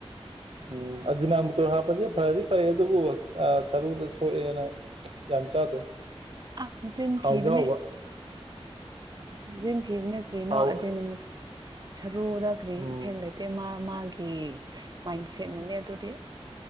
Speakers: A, on the right; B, on the right.
A: ꯎꯝ ꯑꯖꯤꯅꯥ ꯃꯨꯇꯣꯔ ꯍꯥꯞꯄꯁꯦ ꯐꯗꯤ ꯐꯩ ꯑꯗꯨꯕꯨ ꯁꯔꯨꯗ ꯁꯣꯛꯑꯦꯅ ꯌꯥꯝ ꯆꯥꯗꯦ
B: ꯑꯥ ꯃꯆꯤꯟ
A: ꯍꯥꯎꯗꯤ
B: ꯊꯤꯕꯅꯦ
A: ꯍꯥꯎꯕ
B: ꯃꯖꯤꯟ ꯊꯤꯕꯅꯦ ꯀ꯭ꯔꯤꯅꯣ
A: ꯍꯥꯎ
B: ꯑꯖꯦꯅꯨ ꯁꯔꯨꯗ ꯀꯔꯤ
A: ꯎꯝ
B: ꯏꯐꯦꯛ ꯂꯩ ꯇꯦ ꯃꯥ ꯃꯥꯒꯤ ꯃꯥꯏꯟ ꯁꯦꯠꯅꯅꯦ ꯑꯗꯨꯗꯤ